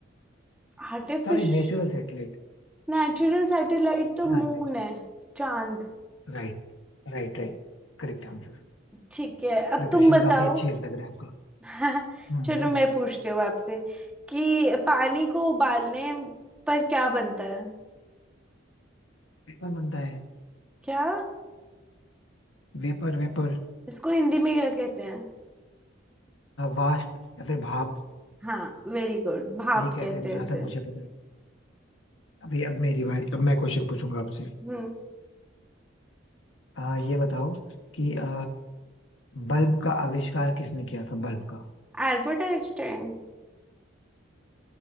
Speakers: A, in the centre; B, on the left.
A: आर्टिफिश
B: Sorry natural satellite
A: नेचुरल सैटेलाइट तो
B: हाँ
A: मून
B: natural
A: है चांद
B: Right right right Correct answer
A: ठीक है अब
B: Preparation
A: तुम बताओ
B: काफी अच्छी लग रहा है आपका
A: <laughs>
B: हम्म।
A: चलो
B: हम्म।
A: मैं पूछती हूँ आपसे कि पानी को उबालने पर क्या बनता है
B: वेपर बनता है
A: क्या
B: Vapour vapour
A: इसको हिंदी में क्या कहते हैं
B: वाष्प या फिर भाप
A: हाँ वेरी गुड भाप
B: यही कहते
A: कहते
B: हैं जहां
A: हैं इसे
B: तक मुझे पता है अभी अब मेरी बारी अब मैं क्वेश्चन पूछूंगा आपसे
A: हम्म
B: आ, ये बताओ कि आ, बल्ब का आविष्कार किसने किया था बल्ब का
A: Albert Einstein